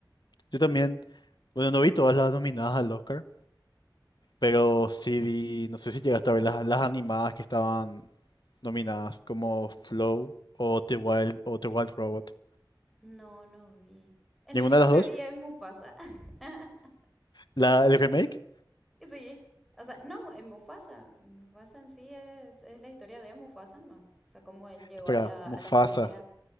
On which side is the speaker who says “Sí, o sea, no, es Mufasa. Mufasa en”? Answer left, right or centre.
Centre